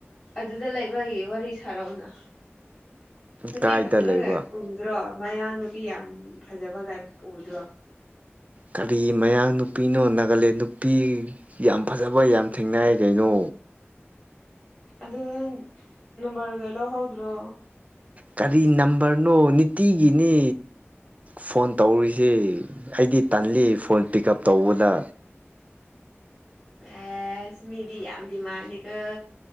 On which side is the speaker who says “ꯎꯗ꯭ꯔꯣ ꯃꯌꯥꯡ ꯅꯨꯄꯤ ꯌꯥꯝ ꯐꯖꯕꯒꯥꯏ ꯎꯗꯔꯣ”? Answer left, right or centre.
Left